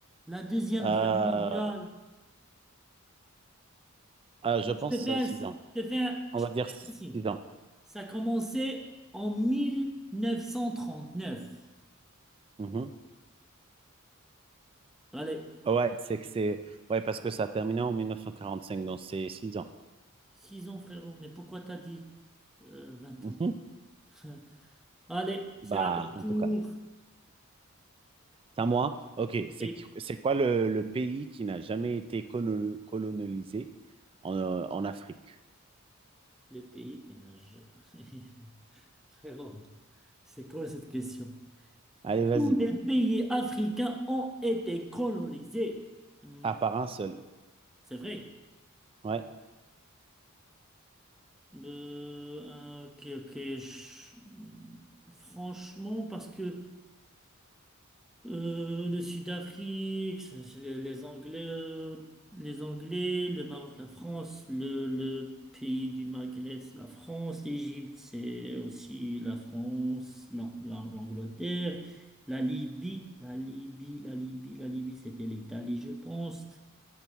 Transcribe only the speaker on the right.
Euh,
euh, je
pense
euh,
six
ans.
On
va
dire
six
ans.
Mhm.
Ouais, c'est que c'est ouais parce que ça a terminé en 1945, donc c'est six ans.
Mhm.
Bah,
en
tout cas. C'est à moi? Ok. C'est,
c'est quoi le, le pays qui n'a jamais été colo- colonisé en, euh, en Afrique?
Allez, vas-y.
À part un seul.
Ouais.